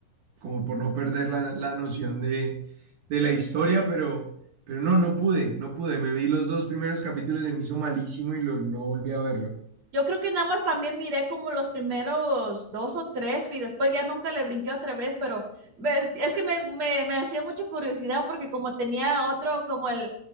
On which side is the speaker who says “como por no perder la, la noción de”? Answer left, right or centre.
Right